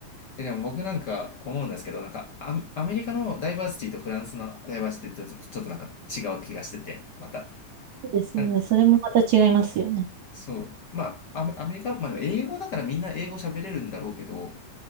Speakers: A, on the left; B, on the right.
A: え、でも僕なんか思うんですけど、なんかア、アメリカのダイバーシティとフランスのダイバーシティってちょっと、ちょっとなんか違う気がしてて、また。
B: そうですよね。
A: なんか、
B: それもまた違いますよね。
A: そう。まあ、アメ、アメリカ、まあでも英語だからみんな英語喋れるんだろうけど、